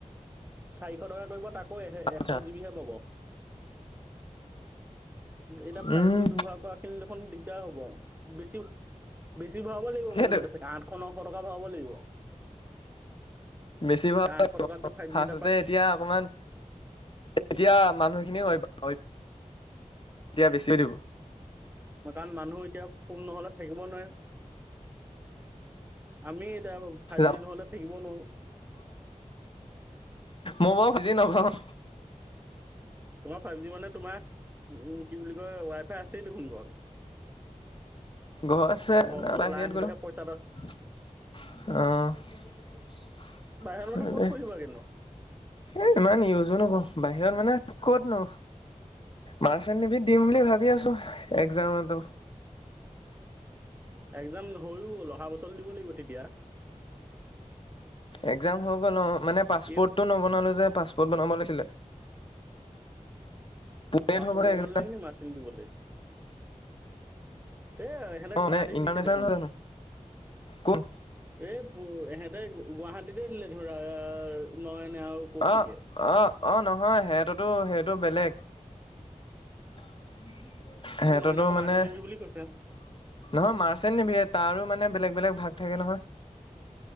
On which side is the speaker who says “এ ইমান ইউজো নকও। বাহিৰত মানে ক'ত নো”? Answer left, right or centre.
Left